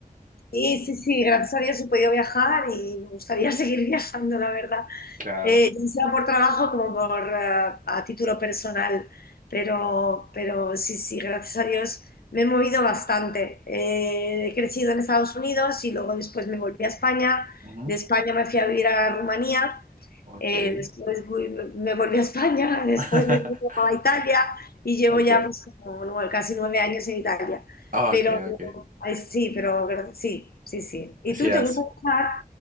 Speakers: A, on the left; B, on the right.
A: sí, sí, sí, gracias a Dios he podido viajar y me gustaría <laughs> seguir viajando, la verdad.
B: Claro.
A: Eh, ya sea por trabajo como por eh, a título personal, pero, pero sí, sí, gracias a Dios me he movido bastante. Eh, he crecido en Estados Unidos y luego después me volví a España.
B: Ujú.
A: De España me fui a vivir a Rumanía,
B: Ok.
A: eh, después fui- me volví a España, <laughs> después
B: <laughs>
A: me fui a Italia y llevo
B: Okay.
A: ya pues, como nue- casi nueve años en Italia.
B: Okay,
A: Pero
B: okay.
A: ay, sí, pero gra- sí, sí, sí. ¿Y
B: Sí,
A: tú
B: Has,
A: te gusta viajar?